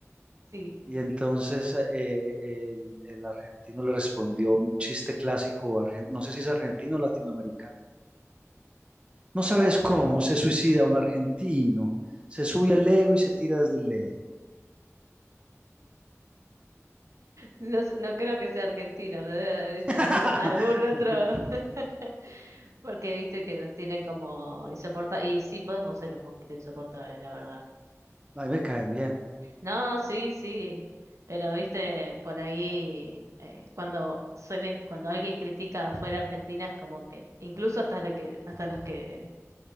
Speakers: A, on the right; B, on the right.
A: sí.
B: Y entonces eh, el, el argentino le respondió un chiste clásico, argen- no sé si es argentino o latinoamericano. No
A: A
B: sabes
A: ver.
B: cómo se suicida un argentino. Se sube al ego y se tira desde el ego.
A: No, s- no creo que sea argentino, lo debe haber hecho
B: <laughs>
A: algún, algún otro. <laughs> Porque viste que nos tienen como insoportables. Y sí, podemos ser un poquito insoportables, la verdad.
B: Ahí me caen bien.
A: No, sí, sí. Pero viste, por ahí, eh, cuando suelen, cuando alguien critica afuera Argentina, es como que, incluso hasta lo que, hasta los que